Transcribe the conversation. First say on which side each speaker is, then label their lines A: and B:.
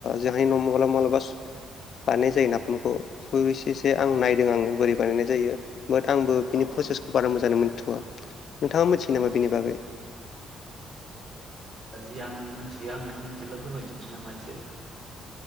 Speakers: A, on the left (about 60°); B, on the right (about 50°).
A: जोंहाय न माब्लाबा-माब्लाबा स बानायनाय जायो नाफामखौ खुरैसेसो आं नायदों आङो बोरै बानायनाय जायो। बाट आंबो बिनि
B: औ
A: प्रसेसखौ बारा मोजां जानो मोनथ'वआ नोंथाङा मिथिगो
B: औ
A: नामा बेनि बागै।
B: जि आं मिथियो आं बेखौनो बिदिब्ला फोरमायथिनसै नामा एसे